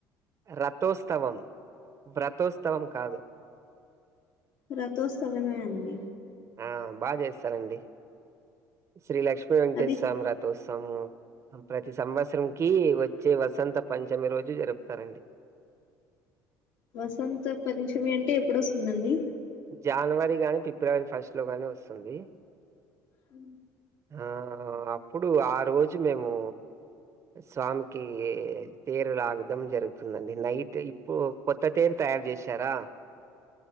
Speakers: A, on the right; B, on the left.
A: రథోత్స్తవం వ్రతోత్స్తవం కాదు
B: రధోత్సవమే అండి
A: ఆ బాగా చేస్తారండి శ్రీ లక్ష్మీ వెంకటేశ్వర
B: అది
A: స్వామి రథోత్సము ప్రతి సంవత్సరం కి వచ్చే వసంత పంచమి రోజు జరుపుతారండి
B: వసంత పంచమి అంటే ఎప్పుడొస్తుందండి
A: జాన్ వరి గాని ఫిబ్రవరి ఫస్ట్ లో గాని వస్తుంది
B: ఉ
A: ఆ అప్పుడు ఆ రోజు మేము స్వామికి తీరు లాగడం జరుగుతుందండి నైట్ ఇప్పు పొద్దటే తయారు చేసారా